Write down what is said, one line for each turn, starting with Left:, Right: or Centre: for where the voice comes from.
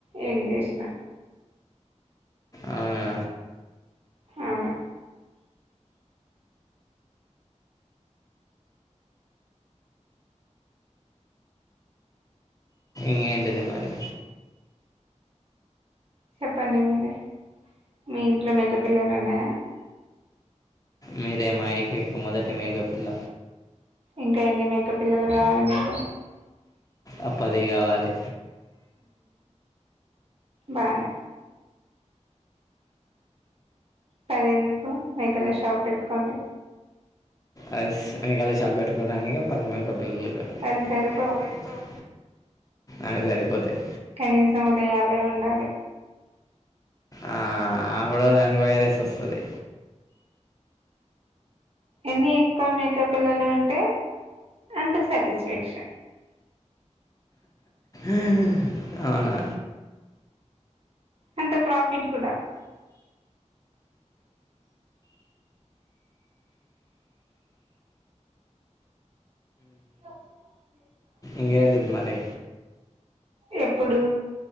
Right: ఏం చేసిన
Left: అవునా
Right: అవును
Left: ఇంకేటిది మరి
Right: చెప్పండి మీరే మీ ఇంట్లో మేక పిల్లలు ఉన్నాయా
Left: మీరే మా ఏకైక మొదటి మేక పిల్ల
Right: ఇంకా ఎన్ని మక పిల్లలు కావాలి మీకు
Left: ఆ పది కావాలి
Right: బానే పదెందుకు మెకల షాప్ పెట్టుకోండి
Left: అది స్ మెకల షాప్ పెట్టుకోవడానికే పది మేకలు పిల్లగా అది
Right: పది సరిపోవు
Left: అవిసరిపోవు అ సరిపోతయి
Right: నీసం ఒక యాభై ఉండాలి
Left: ఆ అప్పుడ దానికి వైరస్ వస్తది
Right: ఎన్ని ఎక్కువ మేక పిల్లలు ఉంటే అంత సాటిస్ఫాక్షన్
Left: <inaudible> అవునా
Right: అంత ప్రాఫిట్ కూడా <unintelligible>
Left: ఇంకేటిది మరి
Right: ఎప్పుడు